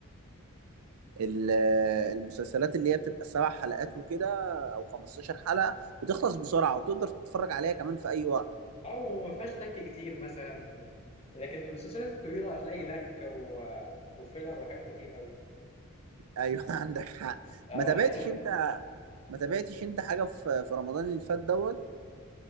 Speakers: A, on the right (about 80°); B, on the left (about 30°).
A: ال- المسلسلات اللي هي بتبقى سبع حلقات وكده او 15 حلقه بتخلص بسرعه وتقدر تتفرج عليها كمان في اي وقت
B: أو وما فيهاش لك كتير مثلا لكن المسلسلات الطويلة هتلاقي لك و... وفيلر وحاجات كتير أوي
A: ايوه <laughs> عندك حق
B: أه
A: ما تابعتش
B: <laughs>
A: انت ما تابعتش انت حاجه في في رمضان اللي فات دوت